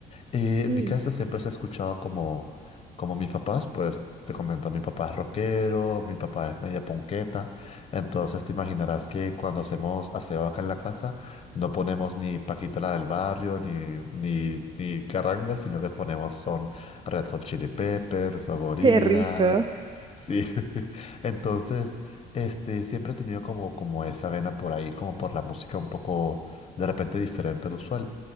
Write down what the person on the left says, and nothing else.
y
en mi casa siempre se ha escuchado como, como mis papás, pues te comento, mi papá es rockero, mi papá es media ponqueta, entonces te imaginarás que cuando hacemos aseo acá en la casa no ponemos ni Paquita la del barrio, ni, ni, ni carranga, sino que ponemos son Red Hot Chili Peppers o Gorillaz,
sí. <laughs> Entonces, este, siempre he tenido como, como esa vena por ahí, como por la música un poco de repente diferente al usual.